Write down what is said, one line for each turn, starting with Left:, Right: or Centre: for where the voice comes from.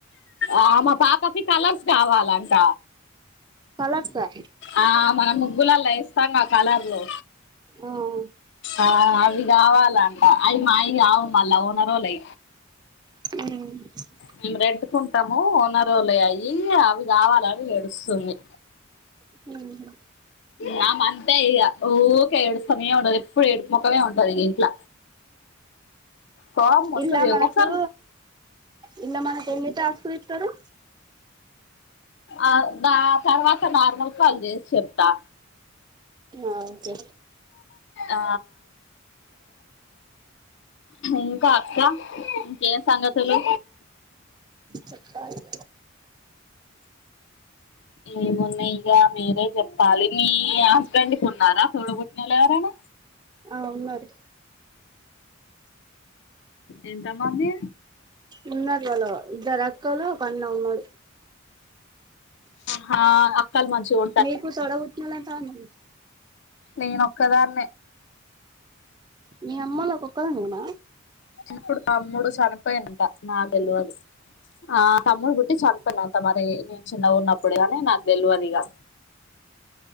Left: ఆ మా పాపకి కలర్స్ కావాలంట
Right: కలర్సా
Left: ఆ మనం ముగ్గులళ్ళ ఏస్తంగా కలర్లు
Right: ఆ ఆ
Left: ఆ అవి కావాలంట అవి మావి కావు మళ్ళా ఓనరోల్లై
Right: మ్
Left: మీము రెంటుకుంటాము ఓనరోలాయ్ అయి అవి కావాలని ఏడుస్తుంది
Right: మ్ హు
Left: నా అంతే ఇగ ఊరికే ఏడుస్తానే ఉంటది ఎప్పుడు ఏడుపు మోకమే ఉంటది ఇగా ఇంట్ల కోపం వస్తది
Right: ఇళ్ల మనకు
Left: ఒక్కొక్కసారి
Right: ఇళ్ల మనకు ఎన్ని టాస్కులు ఇస్తారు
Left: ఆ ద తర్వాత నార్మల్ కాల్ చేసి చెప్తా
Right: ఆ ఒకే
Left: ఆ ఇంకా అట్లా ఇంకేం సంగతులు
Right: చెప్పాలి
Left: ఏమున్నాయి ఇగ మీరే చెప్పాలి మీ హస్బెండ్కి ఉన్నారా తోడబుట్టినొల్లు ఎవరైనా
Right: ఆ ఉన్నారు
Left: ఎంత మంది
Right: ఉన్నారూ వాళ్ళ ఇద్దరు అక్కలు ఒక అన్న ఉన్నాడు.
Left: హా అ కల్ మంచిగు.
Right: నీకు తోడ బుట్టినోళ్ళు ఎంతమంది ఉన్నారు.
Left: నేనొక్కదాన్నే.
Right: మీ అమ్మోళ్లకు ఒక్క దానివేన.
Left: ఇప్పుడు తమ్ముడు చనిపోయిండట నాకు తెలువదు ఆ తమ్ముడు పుట్టి. చని పోయిండట మరి. చిన్నగున్నప్పుడు గానీ నాకు తెలివదిగా.